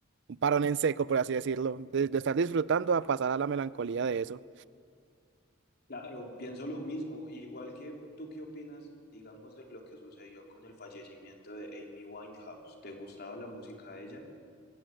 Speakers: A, on the right (about 60°); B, on the left (about 55°).
A: un parón en seco, por así decirlo, de, de estar disfrutando a pasar a la melancolía de eso.
B: Claro, pienso lo mismo. Igual que tú, ¿qué opinas, digamos, de lo que sucedió con el fallecimiento de Amy Winehouse? ¿Te gustaba la música de ella?